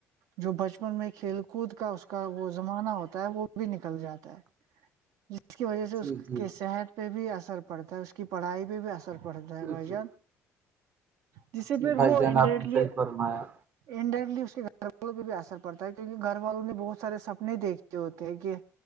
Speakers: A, on the right; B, on the right.
A: جو بچپن میں کھیل کوود کا اس کا وہ زمانہ ہوتا ہے وہ بھی نکل جاتا ہے اس کی وجہ سے اس
B: جی جی
A: کے صحت پہ بھی اثر پڑتا ہے اس کی پڑھائی پہ بھی اثر پڑتا ہے
B: جی
A: بھائی
B: جی
A: جان جسے
B: جی
A: پھر
B: بھائی
A: وہ
B: جان
A: انڈریکٹلی
B: آپ نے صحیح فرمایا
A: انڈائریکٹلی اس کے گھر والوں پہ بھی اثر پڑتا ہے کیونکہ گھر والوں نے بہت سارے سپنے دیکھے ہوتے ہیں کہ